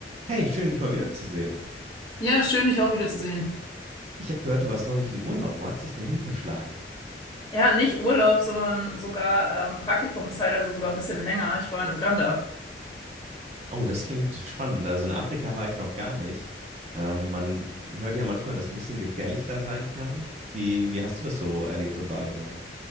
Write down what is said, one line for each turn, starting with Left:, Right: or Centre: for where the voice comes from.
Right: Hey, schön, dich mal wiederzusehen.
Left: Ja, schön, dich auch wieder zu sehen.
Right: Ich habe gehört, du warst neulich im Urlaub. Wo hat's dich denn hin verschlagen?
Left: Ja, nicht Urlaub, sondern sogar ähm, Praktikumszeit, also sogar ein bisschen länger. Ich war in Uganda.
Right: Oh, das klingt spannend. Also in Afrika war ich noch gar nicht. Ähm, man hört ja manchmal, dass es ein bisschen gefährlich da sein kann. Wie, wie hast du das so erlebt und wahrgenommen?